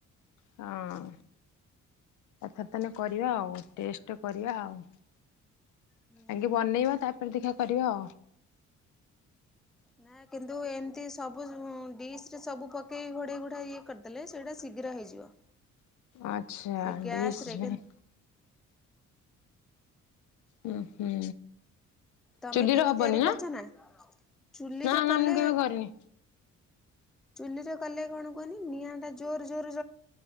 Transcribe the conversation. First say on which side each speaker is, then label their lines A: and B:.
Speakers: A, on the left (about 75°); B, in the centre.
A: ହଁ ଏଥର ତାନେ କରିବା ଆଉ ଟେଷ୍ଟ କରିବା ଆଉ।
B: ହୁଁ
A: ଆଗେ ବନେଇବା ତା ପରେ ଦେଖା। ପରିବା।
B: ନା କିନ୍ତୁ ଏମତି ସବୁ ଡିସ ରେ ସବୁ ପକେଇ ଘୋଡେଇ ଘୋଡା ଇଏ କରିଦେଲେ ସେଇଟା ଶୀଘ୍ର ହେଇଯିବ।
A: ଆଚ୍ଛା
B: ସେ ଗ୍ୟାସ
A: ଦିସ୍
B: ରେ
A: ମାଇ ହୁଁ ହୁଁ।
B: ତମେ
A: ଚୁଲିରେ
B: କେବେ
A: ହବନି
B: ତିଆରି କରିଛ ନା। ଚୁଲିରେ
A: ନା ନା
B: କଲେ
A: ମୁଁ କେବେ କରିନି।
B: ଚୁଲିରେ କଲେ କଣ କୁହନି ନିଆଁ ଟା ଜୋରେ ଜୋରେ।